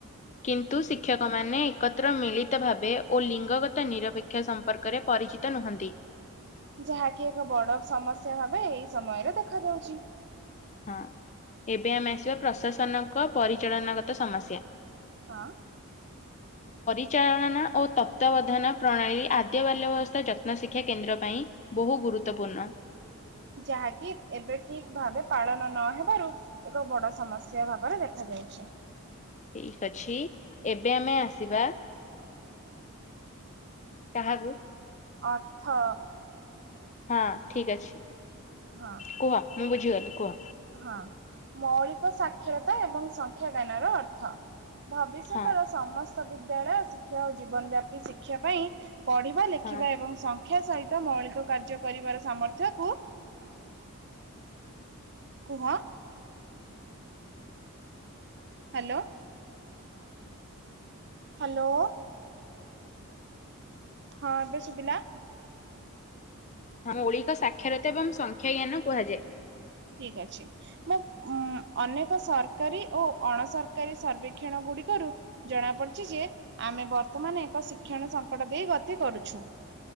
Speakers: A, on the left; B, on the right.
A: କିନ୍ତୁ ଶିକ୍ଷକମାନେ ଏକତ୍ର ମିଳିତ ଭାବେ ଓ ଲିଙ୍ଗଗତ ନିରପେକ୍ଷ ସମ୍ପର୍କ ରେ ପରିଚିତ ନୁହନ୍ତି।
B: ଯାହାକି ଏକ ବଡ ସମସ୍ୟା ଭାବେ ଏଇ ସମୟରେ ଦେଖ ଯାଉଛି।
A: ହଁ ଏବେ ଆମେ ଆସିବା ପ୍ରଶାସନଙ୍କ ପରିଚାଳନାଗତ ସମସ୍ୟା।
B: ହଁ।
A: ପରିଚାଳନା ଓ ତତ୍ଵାବଧାନ ପ୍ରଣାଳୀ ଆଦ୍ୟ ବାଲ୍ୟବସ୍ଥା ଯତ୍ନ ଶିକ୍ଷା କେନ୍ଦ୍ର ପାଇଁ ବହୁ ଗୁରୁ ଗୁରୁତ୍ଵପୂର୍ଣ୍ଣ।
B: ଯାହାକି ଏବେ ଠିକ ଭାବେ ପାଳନ ନହବାରୁ ଏକ ବଡ ସମସ୍ୟା ଭାବରେ ଦେଖାାଯଏ। ଯାଉଛି।
A: ଠିକ ଅଛି ଏବେ ଆମେ ଆସିବା କାହାକୁ
B: ଅର୍ଥ
A: ହଁ ଠିକ ଅଛି
B: ହଁ
A: କୁହ ମୁଁ ବୁଝିଗଲି କୁହ।
B: ହଁ ମୌଳିକ ସାକ୍ଷରତା ଏବଂ ସଂଖ୍ୟା ଜ୍ଞାନ ର ଅର୍ଥ। ଭବିଷ୍ୟତର
A: ହଁ
B: ସମସ୍ତ ବିଦ୍ୟାଳୟ ଶିକ୍ଷା ଓ ଜୀବନ ବ୍ୟାପୀ ଶିକ୍ଷା ପାଇଁ ପଢିବା ଲେଖିବା
A: ହଁ
B: ଏବଂ ସଂଖ୍ୟା ସହି ତ ମୌଳିକ କାର୍ଯ୍ୟ କରିବାର ସାମର୍ଥ୍ୟକୁୁ କୁହ? ହ୍ୟାଲୋ। ହ୍ୟାଲୋ। ହଁ ଏବେ ଶୁଭିଲା?
A: ହଁ ମୌଳିକ ସାକ୍ଷରତା ଏବଂ ସଂଖ୍ୟାଜ୍ଞାନ କୁହାଯାଏ।
B: ଠିକ୍ ଅଛି ମୁଁ ଉଁ ଅନେକ ସରକାରୀ ଓ ଅଣସରକାରୀ ସର୍ବେକ୍ଷଣ ଗୁଡିକ କରୁ ଜଣା ପଡିଚି ଯେ ଆମେ ବର୍ତ୍ତମାନ ଏକ ଶିକ୍ଷଣ ସଙ୍କଟ ଦେଇ ଗତି କରୁଛୁ।